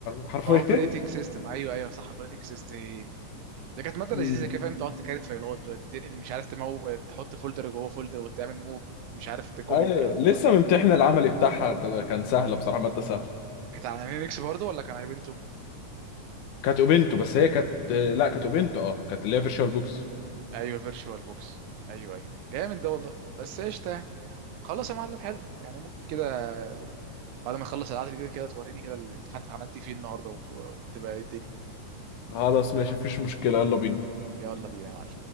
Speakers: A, on the left; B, on the right.
A: حرفيا
B: اوبريتنج
A: <laughs>
B: سيستم ايوه ايوه صح اوبريتنج سيستم ده كانت ماده
A: مم.
B: لذيذه كده فاهم تقعد تكارت فايلات وتنقل مش عارف تمو تحط فولدر جوه فولدر وتعمل موف مش عارف تكوبي
A: ايوه
B: والكلام
A: لسه
B: ده كله
A: ممتحن العملي بتاعها ك- كان سهله بصراحه ماده سهله
B: كانت على لينكس برضه ولا كان على بنتو
A: كانت اوبنتو بس هي كانت آه، لا كانت اوبنتو اه كانت اللي هي فيرتشوال بوكس
B: ايوه فيرتشوال بوكس ايوه ايوه جامد ده والله بس قشطه يعني خلاص يا معلم حلو يعني ممكن كده بعد ما اخلص القعده دي كده توريني كده الامتحان عملت فيه النهارده و- وتبقى إيه الدنيا
A: خلاص ماشي مفيش مشكله يلا بينا
B: يلا بينا يا معلم